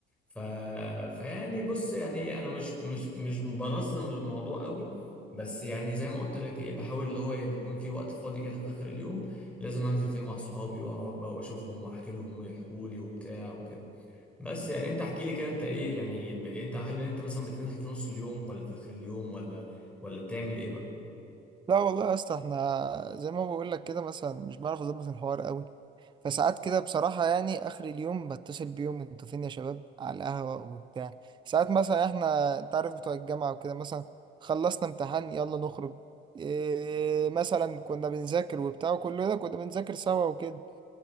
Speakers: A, in the centre; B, on the right.
A: ف... فيعني بص يعني انا مش مش مش بنظم الموضوع قوي بس يعني زي ما قلت لك ايه بحاول اللي هو إيه بيكون في وقت فاضي كده في اخر اليوم لازم انزل فيه مع اصحابي واقعد بقى واشوفهم واحكي لهم ويحكوا لي وبتاع وكده بس يعني انت احكي لي كده انت ايه يعني ب... انت هل انت مثلا بتنزل في نص اليوم ولا في اخر اليوم ولا ولا بتعمل ايه بقى
B: لا والله يا اسطى احنا زي ما بقول لك كده مثلا مش بعرف اظبط الحوار قوي فساعات كده بصراحة يعني اخر اليوم بتصل بيهم انتوا فين يا شباب على القهوة وبتاع ساعات مثلا احنا انت عارف بتوع الجامعة وكده مثلا خلصنا امتحان يلا نخرج إيه مثلا كنا بنذاكر وبتاع وكل ده كنا بنذاكر سوا وكده